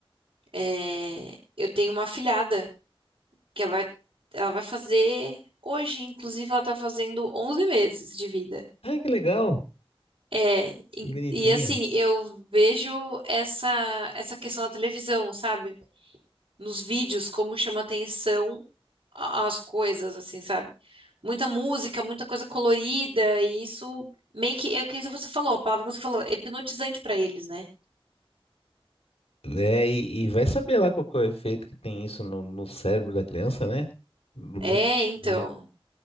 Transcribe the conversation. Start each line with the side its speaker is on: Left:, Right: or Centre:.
Right: é, eu tenho uma afilhada que ela vai, ela vai fazer hoje, inclusive ela tá fazendo 11 meses de vida.
Left: Ah, que legal,
Right: É, e,
Left: que bonitinha.
Right: e, assim, eu vejo essa, essa questão da televisão, sabe? Nos vídeos, como chama atenção a- as coisas, assim, sabe? Muita música, muita coisa colorida, e isso meio que, é o que você falou, a palavra que você falou, é hipnotizante pra eles, né?
Left: É, e, e vai saber lá qual que é o efeito que tem isso no, no cérebro da criança, né? No-
Right: É, então.
Left: no-